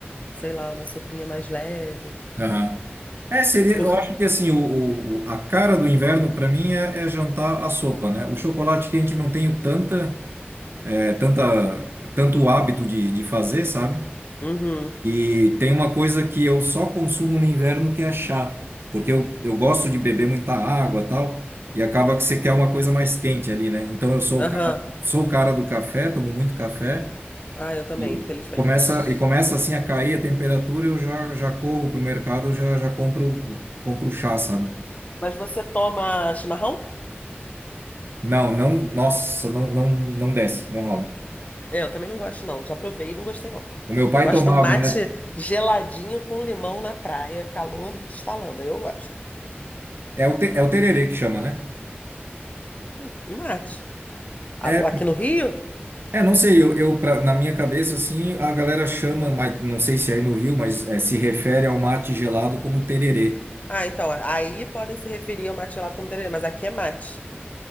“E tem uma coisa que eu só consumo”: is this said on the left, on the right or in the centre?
Right